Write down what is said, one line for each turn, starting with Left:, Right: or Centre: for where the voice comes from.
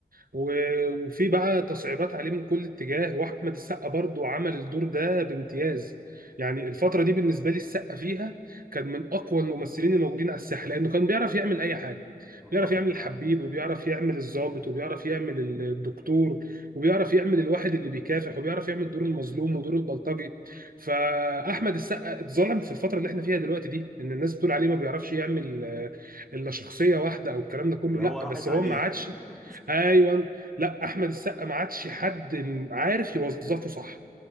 Right: و- وفي بقى تصعيبات عليه من كل اتجاه واحمد السقا برضو عمل الدور ده بامتياز يعني الفتره دي بالنسبه لي السقا فيها كان من اقوى الممثلين الموجودين على الساحه لانه كان بيعرف يعمل اي حاجه
Centre: متفق
Right: بيعرف يعمل
Centre: معاك
Right: الحبيب وبيعرف يعمل الضابط وبيعرف يعمل ال- الدكتور وبيعرف يعمل الواحد اللي بيكافح وبيعرف يعمل دور المظلوم ودور البلطجي فاحمد السقا اتظلم في الفتره اللي احنا فيها دلوقتي دي ان الناس بتقول عليه ما بيعرفش يعمل آه، الا شخصيه واحده او الكلام ده كله
Centre: اللي
Right: لا
Centre: هو راحت
Right: بس
Centre: عليه
Right: هو ما عادش
Centre: <laughs>
Right: ايوه لا احمد السقا ما عادش حد عارف يوظفه صح